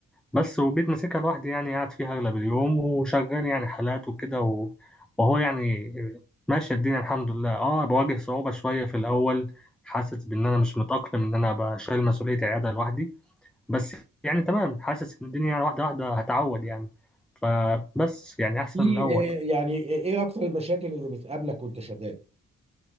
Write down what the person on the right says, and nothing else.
في
إيه- يعني ايه اكتر المشاكل اللي بتقابلك وانت شغال؟